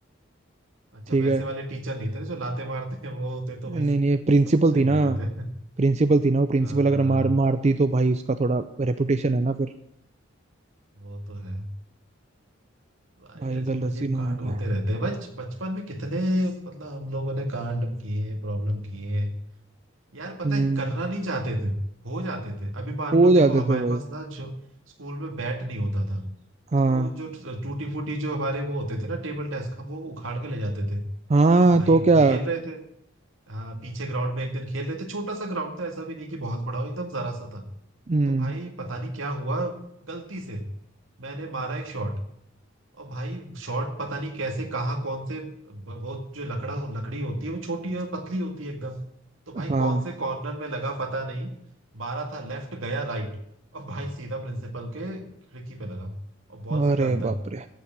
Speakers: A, on the right (about 75°); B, on the right (about 35°).
A: अच्छा
B: ठीक
A: वैसे
B: है
A: वाले टीचर नहीं थे ना जो लाते मारते हैं वो होते तो
B: नहीं
A: भाई
B: नहीं प्रिंसिपल
A: सबको सही
B: थी ना
A: कर देते
B: प्रिंसिपल थी ना वो प्रिंसिपल
A: हाँ
B: अगर मार मारती तो भाई उसका थोड़ा रेपुटेशन है ना फिर
A: वो तो है भाई
B: भाई
A: अजीब
B: गलत
A: अजीब
B: सीन हो
A: कांड
B: जाता
A: होते
B: है।
A: रहते हैं बच बचपन में कितने मतलब हम लोगों ने कांड किए प्रॉब्लम किए यार पता
B: हम्म
A: है करना नहीं चाहते थे हो जाते थे अभी मान
B: हो
A: लो देखो
B: जाते
A: हमारे
B: थे भाई
A: पास ना जो स्कूल में बैट नहीं होता था
B: हाँ
A: तो जो टूटी फूटी जो हमारे वो होते थे ना टेबल डेस्क हम वो उखाड़ के ले जाते थे
B: हाँ
A: तो भाई
B: तो
A: एक दिन
B: क्या
A: खेल रहे थे हाँ पीछे ग्राउंड में एक दिन खेल रहे थे छोटा सा ग्राउंड था ऐसा भी नहीं कि बहुत बड़ा हो एकदम जरा सा था
B: हम्म
A: तो भाई पता नहीं क्या हुआ गलती से मैंने मारा एक शॉट और भाई शॉर्ट पता नहीं कैसे कहाँ कौन से ब- वो जो लकड़ा लकड़ी होती है वो छोटी और पतली होती है एकदम तो भाई
B: हाँ
A: कौन से कॉर्नर में लगा पता नहीं मारा था लेफ्ट गया राइट और भाई सीधा प्रिंसिपल के खिड़की पे लगा और बॉल सीधा
B: अरे
A: अंदर
B: बाप रे